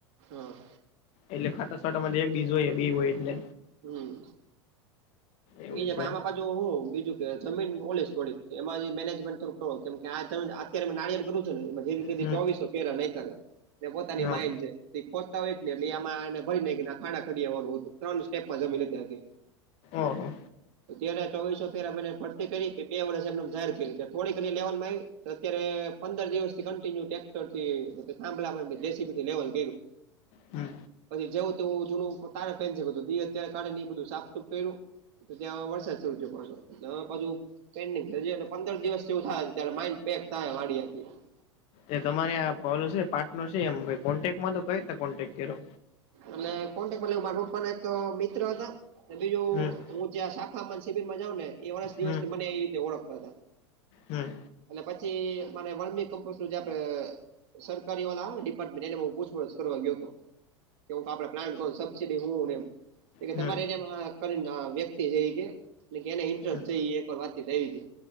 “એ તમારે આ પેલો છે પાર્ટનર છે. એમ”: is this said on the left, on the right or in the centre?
Left